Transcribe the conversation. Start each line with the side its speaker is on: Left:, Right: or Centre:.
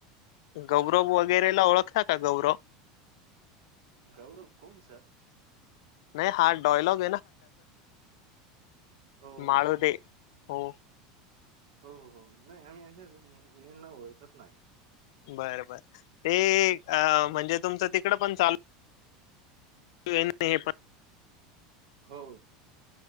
Left: गौरव
Right: हां,
Left: वगैरे ला ओळखता का? गौरव..
Right: गौरव कोण सर?
Left: नाही हा डायलॉग
Right: हो
Left: माळोदे
Right: का?
Left: हो
Right: हो हो नाही आम्ही अशाच यांना ओळखत नाही
Left: बर बर ते अ म्हणजे तुमचं तिकडं पण चालू <unintelligible> हे पण
Right: हो